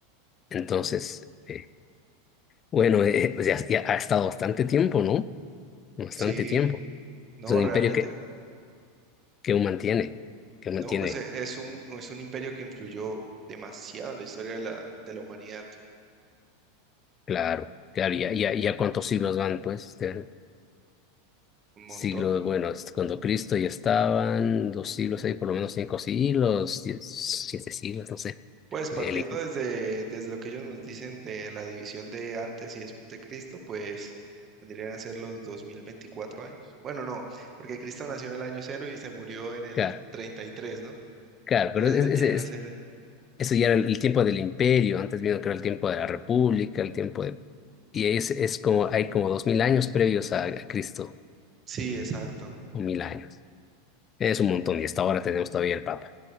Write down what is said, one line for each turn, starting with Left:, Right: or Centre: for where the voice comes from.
Left: Entonces, eh, bueno, eh, pues ya, ya ha estado bastante tiempo, ¿no? Bastante
Right: Sí,
Left: tiempo.
Right: no,
Left: Es un
Right: realmente.
Left: imperio que, que aún mantiene, que mantiene,
Right: No, pues e- es un, es un imperio que influyó demasiado en la historia de la, de la humanidad,
Left: claro, claro, ya, ya, ya cuántos siglos van, pues. este,
Right: un montón.
Left: Siglo, bueno, es cuando Cristo ya estaban, dos siglos, ahí por lo menos cinco siglos, diez- siete siglos, no sé.
Right: Pues partiendo
Left: El-
Right: desde, desde lo que ellos nos dicen de la división de antes y después de Cristo, pues vendrían a ser los 2024 años. Bueno, no, porque Cristo nació en el año cero y se murió en el
Left: claro,
Right: 33, ¿no?
Left: claro,
Right: Entonces
Left: pero es-
Right: vendrían
Left: es- es-
Right: a ser,
Left: eso ya era el, el tiempo del imperio, antes vino que era el tiempo de la república, el tiempo de... Y es, es como, hay como dos mil años previos a, a Cristo,
Right: sí, exacto.
Left: o mil años. Es un montón, y hasta ahora tenemos todavía el Papa.